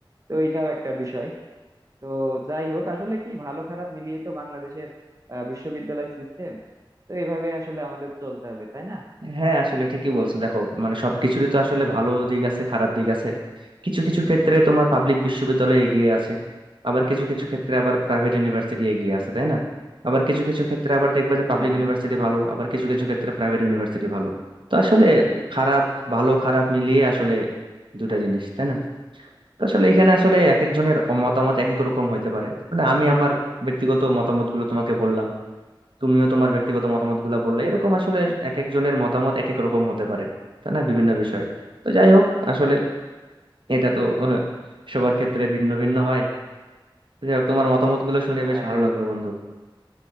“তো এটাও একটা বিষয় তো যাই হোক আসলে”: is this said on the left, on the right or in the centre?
Right